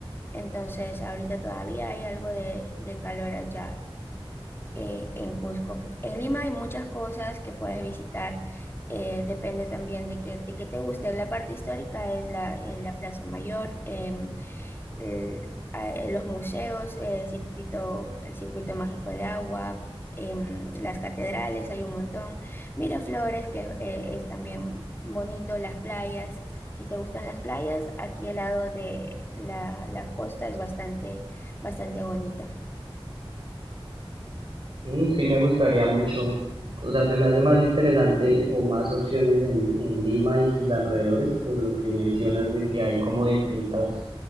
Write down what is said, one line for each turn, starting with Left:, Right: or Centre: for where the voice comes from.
Left: entonces ahorita todavía hay algo de, de calor allá eh, en Cusco. En Lima hay muchas cosas que puedes visitar, eh, depende también de qué, de qué te guste. La parte histórica es la, en la Plaza Mayor. em, eh, a- eh, los museos, eh, circuito, el circuito mágico de agua, em, las catedrales, hay un montón. Miraflores, que eh, es también bonito, las playas. Si te gustan las playas, aquí al lado de la, la costa es bastante, bastante bonita.
Right: Mm, sí me gustaría mucho, o sea, se me hace más interesante o más opciones en, en Lima y sus alrededores, por lo que mencionas de que hay como distintas,